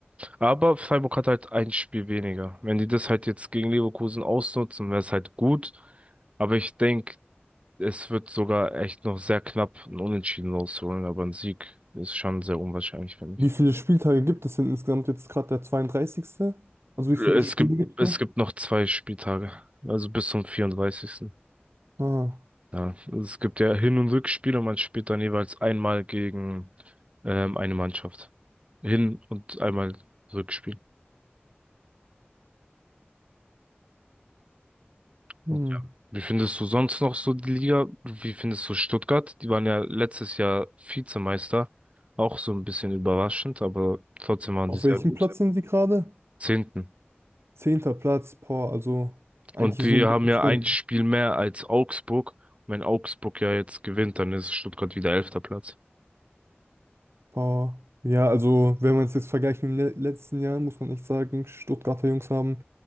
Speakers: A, on the right (about 30°); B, on the right (about 85°).
A: Aber Freiburg hat halt ein Spiel weniger. Wenn die das halt jetzt gegen Leverkusen ausnutzen, wäre es halt gut. Aber ich denke, es wird sogar echt noch sehr knapp ein Unentschieden rausholen, aber ein Sieg ist schon sehr unwahrscheinlich, finde
B: Wie
A: ich.
B: viele Spieltage gibt es denn insgesamt jetzt gerade der 32.? Also wie viele
A: Es
B: Spiele
A: gibt,
B: gibt
A: es
B: es noch?
A: gibt noch zwei Spieltage, also bis zum 34.
B: Ah,
A: Ja, also es gibt ja Hin- und rückspiele und man spielt dann jeweils einmal gegen ähm, eine Mannschaft. Hin- und einmal Rückspiel.
B: hm.
A: Und ja. Wie findest du sonst noch so die Liga? Wie findest du Stuttgart? Die waren ja letztes Jahr Vizemeister. Auch so ein bisschen überraschend, aber trotzdem waren
B: Auf
A: die sehr
B: welchem
A: gut.
B: Platz sind sie gerade?
A: Zehnten.
B: Zehnter Platz, boah, also eigentlich
A: Und die
B: so mittendrin.
A: haben ja ein Spiel mehr als Augsburg. Und wenn Augsburg ja jetzt gewinnt, dann ist Stuttgart wieder elfter Platz.
B: Boah. Ja, also wenn man es jetzt vergleicht mit dem le letzten Jahr, muss man echt sagen, Stuttgarter Jungs haben